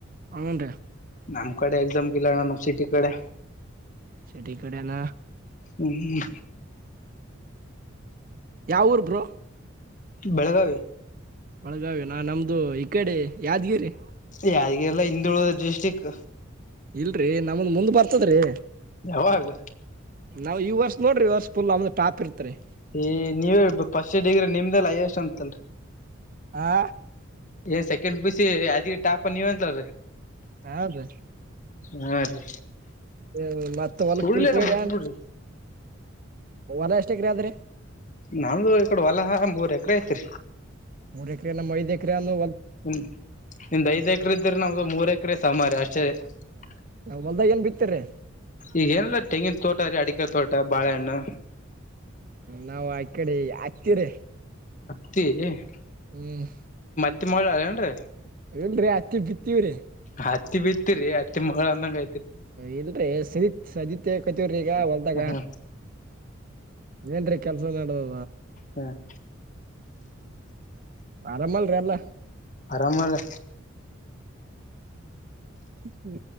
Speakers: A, on the right (about 45°); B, on the left (about 40°).
A: ಹುಂ
B: ನಮ್ಮ ಕಡೆ ಎಕ್ಸಾಮ ಇಲ್ಲಣ್ಣ ನಮ್ಮ ಸಿಟಿ ಕಡೆ.
A: ಸಿಟಿ ಕಡೆ ನ
B: ಹ್ಮ್
A: ಯಾವ್ ಊರ್ ಬ್ರೊ
B: ಬೆಳಗಾವಿ
A: ಬೆಳಗಾವಿ ನಾ ನಮ್ದು ಈ ಕಡೆ ಯಾದಗಿರಿ
B: ಯಾದಗಿರಿ ಹಿಂದುಳಿದ ಡಿಸ್ಟಿಕ್
A: ಇಲ್ರರಿ ನಮ್ದ ಮುಂದ್ ಬರ್ತದ್ರಿ.
B: ಯಾವಾಗ
A: ನಾವು ಈ ವರ್ಷ ನೋಡ್ರರಿ ವರ್ಷ್ ಫುಲ್ ಟಾಪ್ ಇರ್ತ್ ರೀ
B: ಏ ನೀವೇ ಫಸ್ಟ್ ಇಯರ್ ಡಿಗ್ರಿ ನಿಮ್ದಲ್ಲ ಹೈಯೆಸ್ಟ್ ಅಂತಲ್
A: ಆ
B: ರಿ ಎ ಸೆಕೆಂಡ ಪಿ ಯು ಸಿ ಇದ ಟಾಪ ನೀವ ಅಂತೀ
A: ಯಾವ್ದು
B: ಹಾ ರೀ
A: ಹ ಮತ್ತ <unintelligible>
B: ಸುಳ್ಳೆಲ್ಲ ಬಿಟ್ಬಿಡ್ರಿ
A: ಹೊಲ ಎಷ್ಟ್ ಎಕ್ರೆ ಅದ್ರಿ
B: ನಮ್ದು ಈ ಕಡೆ ಹೊಲ ಮೂರ್ ಎಕ್ರೆ ಐತಿ
A: ಮೂರ್ ನಮ್ ಐದ್ ಎಕ್ರ ನು
B: ಹೂ ನಿಮ್ದ್ ಐದ್ ಎಕರೆ ಇದ್ದ್ರೆ ನಮ್ದು ಮೂರ್ ಎಕರೆ ಸಾಮಾರ ಅಷ್ಟ <unintelligible>
A: ಹೊಲ್ದಾಗ ಏನ್ ಬಿತ್ತೀರಿ?
B: ಈಗ್ ಏನಿಲ್ಲ ತೆಂಗಿನ ತೋಟ ಅದೆ, ಅಡಿಕೆ ತೋಟ, ಬಾಳೆಹಣ್ಣು
A: ನಾವ್ ಆ ಕಡೆ ಹಕ್ತೀರಿ
B: <unintelligible>
A: ಹ್ಮ
B: ತ್ತ ಮಳಾ ಆಲ್ಲಏನು ರೀ
A: ಇಲ್ರಿ ಅಕ್ಕಿ ಬಿತ್ತೀವಿ.
B: ಹತ್ತಿ ಬಿತ್ತರಿ ಹತ್ತಿ ಮಗಳ ಅಂದಂಗ ಐ
A: ಇಲ್ರಿೀ ಸಜ್ಜಿ ಸಜ್ಜಿ ತಗಿಕಥಿವಿ ಹೊಲ್ದಾಗ
B: ಹ್ಮ್
A: ಏನ್ರಿ ಕೆಲ್ಸ ನಡ್ದದ
B: ಹ್ಮ್
A: ಆರಾಮಲ್ರಿೀ ಎಲ್ಲ
B: ಆರಾಮಲ್ಲ
A: ಹೂ